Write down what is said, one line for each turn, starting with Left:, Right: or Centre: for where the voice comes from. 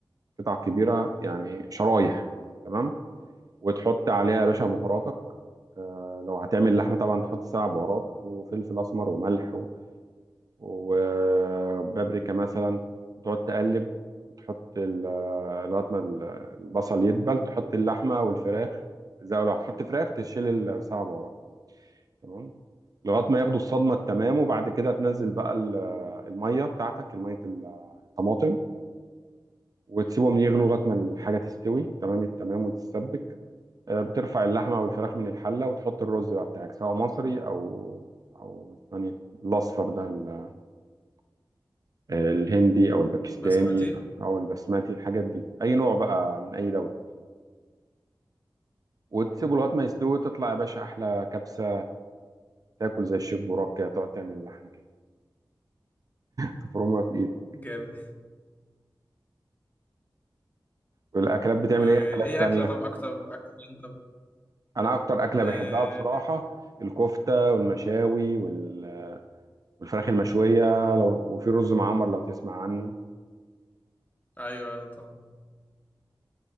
Right: قطع كبيره يعني شرايح تمام وتحط عليها يا باشا بهاراتك آه، لو هتعمل لحمه طبعا تحط سبع بهارات وفلفل اسمر وملح و- وبابريكا مثلا وتقعد تقلب وتحط ال- آه، لغايه ما ال- البصل يدبل تحط اللحمه والفراخ زي لو هتحط فراخ تشيل السبع بهارات تمام لغايه ما ياخدوا الصدمه التمام وبعد كده تنزل بقى ال- آه، الميه بتاعتك الميه ال- الطماطم وتسيبهم يغلوا لغايه ما الحاجه تستوي تمام التمام وتتسبك آه، بترفع اللحمة والفراخ من الحلة وتحط الرز بقى بتاعك سواء مصري أو أو الثاني الأصفر ده ال- آه، الهندي أو الباكستاني
Left: بسمتي
Right: أو البسماتي الحاجات دي أي نوع بقى من أي دولة وتسيبه لغاية ما يستوي تطلع يا باشا أحلى كبسة تاكل زي الشيف براك كده تقعد تعمل اللحمة كده تفرمها في إيدك
Left: جامد
Right: والأكلات بتعمل
Left: وإيه
Right: إيه أكلات تانية
Left: أكلة طب أكتر أكتر طب
Right: أنا أكتر أكلة
Left: آه...
Right: بحبها بصراحة الكفتة والمشاوي وال- والفراخ المشوية لو وفي رز معمر لو تسمع عنه
Left: أيوه طبعا